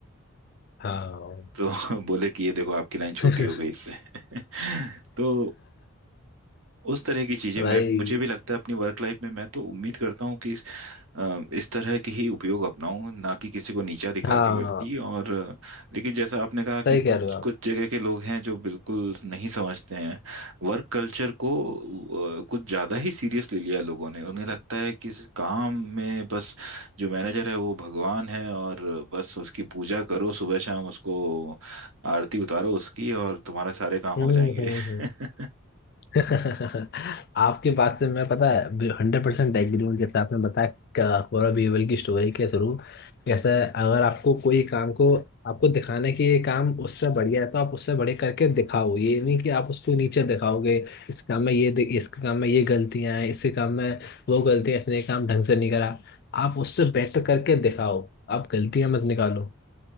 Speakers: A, on the left; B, on the right.
A: हाँ
B: तो <laughs> बोले कि ये देखो आपकी लाइन छोटी
A: <laughs>
B: हो गई इससे <laughs> तो उस तरह की चीजें
A: भाई
B: मैं मुझे भी लगता है अपनी वर्क लाइफ में मैं तो उम्मीद करता हूँ कि इस अ, इस तरह के ही उपयोग अपनाऊं ना कि किसी को नीचा दिखा
A: हाँ
B: के बल्कि और अ, लेकिन जैसा आपने कहा
A: सही
B: कि कुछ
A: कह रहे हो आप
B: कुछ जगह के लोग हैं जो बिल्कुल नहीं समझते हैं वर्क कल्चर को अ, कुछ ज्यादा ही सीरियस ले लिया लोगों ने उन्हें लगता है कि इस काम में बस जो मैनेजर है वो भगवान है और बस उसकी पूजा करो सुबह शाम उसको आरती उतारो उसकी और तुम्हारा सारे काम
A: हम्म
B: हो जाएंगे
A: हम्म
B: <laughs>
A: हम्म <laughs> आपकी बात से मैं पता है हंड्रेड परसेंट एग्री हूँ जैसे आपने बताया क- पूरा बीरबल की स्टोरी के थ्रू जैसे अगर आपको कोई काम को आपको दिखाने की ये काम उससे बढ़िया है तो आप उससे बड़े करके दिखाओ ये नहीं कि आप उसको नीचे दिखाओगे इस काम में ये दि- इस काम में ये गलतियां हैं इसके काम में वो गलतियां इसने ये काम ढंग से नहीं करा आप उससे बेटर करके दिखाओ आप गलतियां मत निकालो